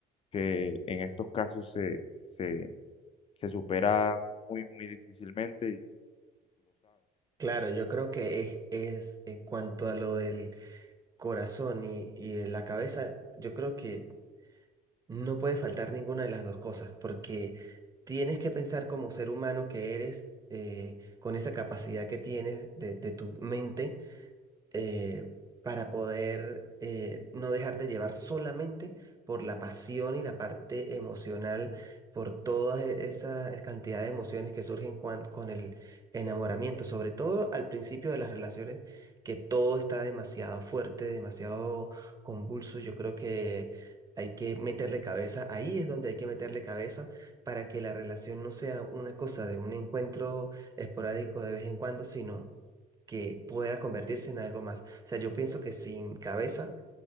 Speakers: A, on the left; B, on the right.
A: que en estos casos se, se, se supera muy, muy difícilmente
B: Claro, yo creo que es, es en cuanto a lo del corazón y, y la cabeza, yo creo que no puede faltar ninguna de las dos cosas, porque tienes que pensar como ser humano que eres, eh, con esa capacidad que tienes de, de tu mente eh, para poder eh, no dejarte llevar solamente por la pasión y la parte emocional, por todas e- esas cantidad de emociones que surgen cuan- con el enamoramiento, sobre todo al principio de las relaciones, que todo está demasiado fuerte, demasiado convulso. Yo creo que hay que meterle cabeza, ahí es donde hay que meterle cabeza para que la relación no sea una cosa de un encuentro esporádico de vez en cuando, sino que pueda convertirse en algo más. O sea, yo pienso que sin cabeza,